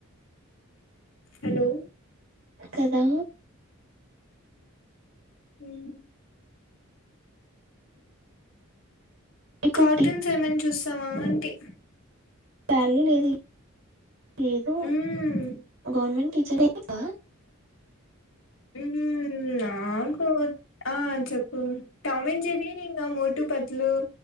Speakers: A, on the left (about 65°); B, on the right (about 70°).
A: హలో
B: కదా
A: హ్మ్
B: ఇప్పుడు
A: కాటన్స్ ఏమని చూస్తావా అంటే
B: పాలి లేది ఏదో
A: హ్మ్
B: గవర్మెంట్ చర్ ఎత్
A: ఉ నా కు ఆ చెప్ టామ్మెంజెర్రీ మోటు పతు